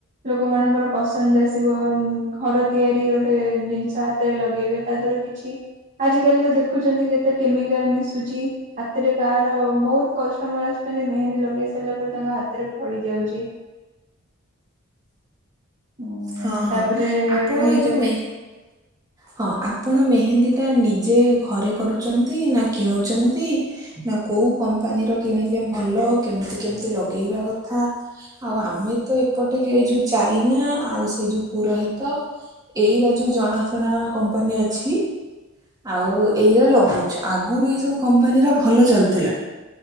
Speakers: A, on the right; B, on the right.
A: ଲୋକମାନାନଙ୍କର ପସନ୍ଦ ଆସିବ ଉ ଘର ତିଆରି ଗୋଟେ ଜିନିଷ ହାତରେ ଲଗେଇବେ ତା ଦ୍ଵାରା କିଛି ଆଜିିକାଲି ତ ଦେଖୁଛନ୍ତି କେତେ କେମିକାଲ୍ ମିଶୁଚି। ସେଥିରେ କାହାର ବହୁତ୍ କଷ୍ଟମର ଆସୁଚନ୍ତି ମେହେନ୍ଦୀ ଲଗେଇ ସାରିଲା ପରେ ତାଙ୍କ ହାତରେ ଫଳି ଯାଉଚି। ଉଁ,
B: ହଁ-ହଁ
A: ତାପରେ
B: ଆପଣ
A: ହେଇଯାଉଛି
B: ଏଇ ଯୋଉ ମେ ହଁ ଆପଣ ମେହେନ୍ଦୀଟା ନିଜେ ଘରେ କରୁଚନ୍ତି ନା କିଣୁଚନ୍ତି? ନା କୋଉ କମ୍ପାନୀର କିଣିଲେ ଭଲ କେମିତି କେମିତି ଲଗେଇବା କଥା? ଆଉ ଆମେ ତ ଏପଟେ ଏଇ ଯୋଉ ଜାଇନା ଆଉ ସେଇ ଯୋଉ ପୁରୋହିତ ଏଇରା ଯୋଉ ଜଣାଶୁଣା କମ୍ପାନୀ ଅଛି। ଆଉ ଏଇରା ଲଗଉଛୁ ଆଗରୁ ଏଇ ସବୁ କମ୍ପାନୀର ଭଲ ଭଲ ଚାଲୁଥିଲା